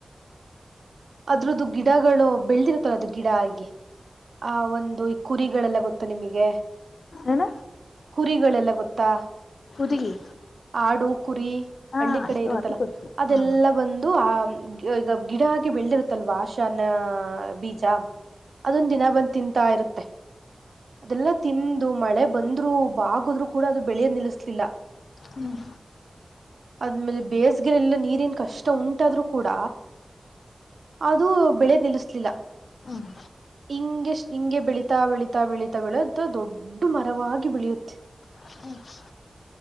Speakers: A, on the right; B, on the left.
A: ಅದ್ರದ್ದು ಗಿಡಗಳು ಬೆಳೆದಿರುತ್ತಲ್ಲ ಅದು ಗಿಡಹಾಗಿ. ಆ ಒಂದು ಈ ಕುರಿಗಳೆಲ್ಲ ಗೊತ್ತ ನಿಮಗೆ.
B: ಏನ
A: ಕುರಿಗಳೆಲ್ಲ ಗೊತ್ತಾ.
B: ಹುದುಗಿ
A: ಆಡು ಕುರಿ
B: ಹಾ
A: ಹಳ್ಳಿ ಕಡೆ
B: ಅದು
A: ಇರುತ್ತಲ್ಲ.
B: ಅದು ಗೊತ್ತು
A: ಇದೆಲ್ಲ
B: ಹಾ
A: ಬಂದು ಆ ಈಗ ಗಿಡ. ಬೆಳ್ಳಿರುತ್ತಲ್ವಾ ಆಶಾ ಅನ್ನೋ ಬೀಜ ಅದೊಂದು ದಿನ ಬಂದ್ ತಿಂತಾಯಿರುತ್ತೆ. ಅದೆಲ್ಲಾ ತಿಂದು ಮಳೆ ಬಂದ್ರು ಬಾಗುದ್ರು ಕೂಡ ಅದು ಬೆಳೆಯ ನಿಲ್ಲಿಸಲಿಲ್ಲ.
B: ಹ್ಮ್
A: ಅದ್ಮೇಲೆ ಬೇಸಗೆರೆಲ್ಲ ನೀರಿನ ಕಷ್ಟ ಉಂಟಾದ್ರು ಕೂಡ. ಅದು ಬೆಳೆನಿಲ್ಲಿಸಲಿಲ್ಲ.
B: ಹ್ಮ್
A: ಹಿಂಗೆ ಹಿಂಗೆ ಬೆಳೀತಾ ಬೆಳೀತಾ ಬೆಳೀತಾ ಬೆಳೆದು ದೊಡ್. ದೊಡ್ಡು ಮರವಾಗಿ ಬೆಳಿಯುತ್ತೆ.
B: ಹ <inaudible>